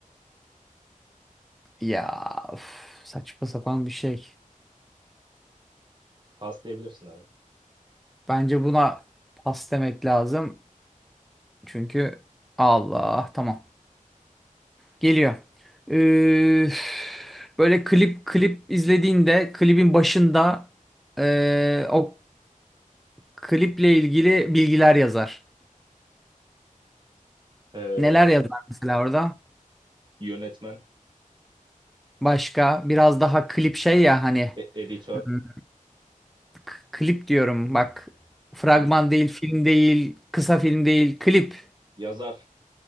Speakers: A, in the centre; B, on the right (about 35°).
A: Ya üf, saçma sapan bir şey.
B: Pas diyebilirsin abi.
A: Bence buna pas demek lazım. Çünkü Allah tamam. Geliyor. Üf, böyle klip klip izlediğinde klibin başında eee, o kliple ilgili bilgiler yazar.
B: Ee,
A: Neler yazar mesela orada?
B: yönetmen,
A: Başka biraz daha klip şey ya hani
B: e- editör,
A: hmm, k- klip diyorum bak fragman
B: klip,
A: değil film değil kısa film değil klip
B: yazar,